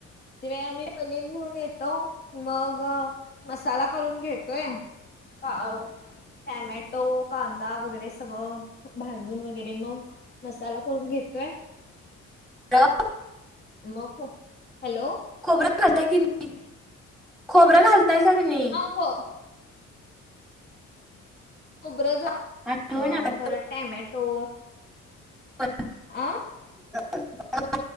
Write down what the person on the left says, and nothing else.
ते आम्ही पनीर घेऊन येतो मग मसाला करून घेतोय. आ आ टॅमॅटो कांदा वगैरे सगळं भाजून वगैरे मग मसाला करून घेतोय.
नको. हॅलो
<inaudible>
हो. खबरं झा
परत टॅमॅटो.
आ